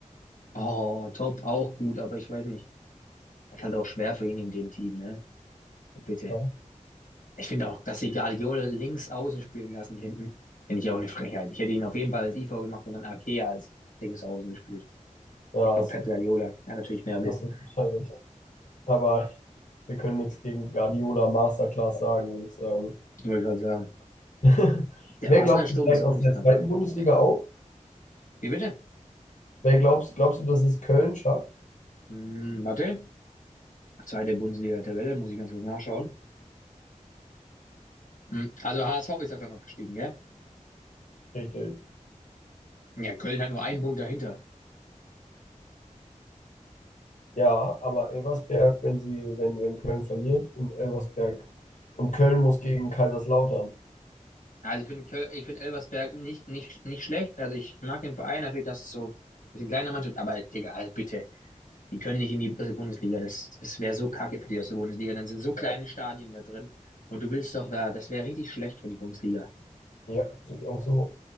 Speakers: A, on the left; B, on the left.
A: Oh, Top auch gut, aber ich weiß nicht. Es ist halt auch schwer für ihn in dem Team, ne? Bitte.
B: klar.
A: Ich finde auch, dass sie Guardiola links außen spielen lassen hinten, finde ich auch eine Frechheit. Ich hätte ihn auf jeden Fall als IV gemacht und dann Ake als links außen gespielt.
B: Ja,
A: Ich glaube,
B: hast
A: Pep
B: du,
A: Guardiola hat natürlich mehr Wissen.
B: hast du total recht. Aber wir können nichts gegen Guardiola Masterclass sagen, würde ich sagen.
A: Ich wollte gerade sagen,
B: <laughs>
A: der
B: Wer
A: Arsenal-Sturm
B: glaubst du steigt
A: ist auch
B: aus
A: nicht
B: der
A: kacke.
B: zweiten Bundesliga auf?
A: Wie bitte?
B: Wer glaubst, glaubst du, dass es Köln schafft?
A: Hm, warte. Zweite Bundesliga-Tabelle, muss ich ganz kurz nachschauen. Hm, also HSV ist das dann noch gestiegen, gell?
B: Richtig.
A: Ja, Köln hat nur einen Punkt dahinter.
B: Ja, aber Elversberg, wenn sie, wenn, wenn Köln verliert und Elversberg und Köln muss gegen Kaiserslautern.
A: Also ich finde Köl- ich finde Elversberg nicht, nicht, nicht schlecht. Also ich mag den Verein natürlich, dass es so ein bisschen kleiner Mannschaft, aber Digga, also bitte, die können nicht in die erste Bundesliga. Das, das wäre so kacke für die erste Bundesliga. Dann sind so kleine
B: Ja,
A: Stadien da drin. Und du willst doch da, das wäre richtig schlecht für die Bundesliga.
B: ja, sehe ich auch so.